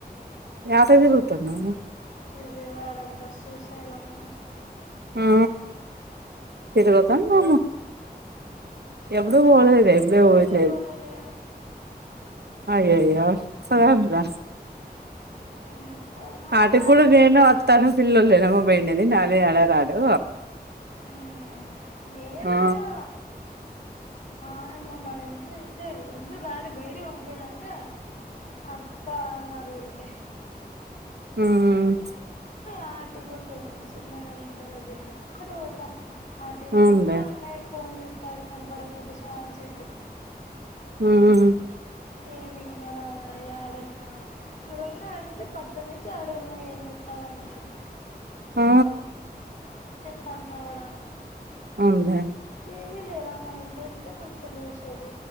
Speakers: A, on the right (about 80°); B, on the left (about 50°).
A: యాసతిరుగుతందా
B: విజయవాడ అంత శ్రీశైలము
A: ఆ తిరిగొద్దాం బామ్మ ఎప్పుడు
B: నన్ను
A: పోలేదే
B: ఎవరు పిలిచేవాళ్ళు
A: ఇప్పుడే పోయచ్చేది
B: ఎవరు లేరు
A: అయ్యోయ్యో సరే వెళ్ళండి రా
B: ఉమ్, పోదాం
A: ఆడికి
B: రా
A: కూడా
B: అంటే
A: నేను వత్తను పిల్లలేనమ్మ బయలుదేరింది ఇవ్వాల అడు రాడు
B: ఉమ్, మీరేనా
A: ఆ
B: వాళ్ళు మన ఇంటిలో అయితే ఎందుకు ఇల్లు దాటి బయటికీ పోకుండ్లంటే వత్తా అన్నారు ఊరికే
A: మ్మ్ హ్
B: అటు పోతాను సుమానాన్నోళ్ల ఇంటి దగ్గరికి ఒక్కడి పోతా అటు పోవంగానే
A: అవునులే
B: అన్నయ్య ఫోన్ చేస్తాడు చాన్సేపు కనబడకపోతే
A: మ్మ్
B: ఏమి ఇంగా రావాలి యాడున్నావ్ ఇడున్నావంటే పడ్డెనిమిది ఏడున్నావు ఏం చెప్తాన్నవ్ అంటడు
A: ఆ
B: పంట పొలంలా
A: వుందే
B: టీవీ లేదా మన ఇంట్లో ఎంత సేపు నిల్చుని చూసేది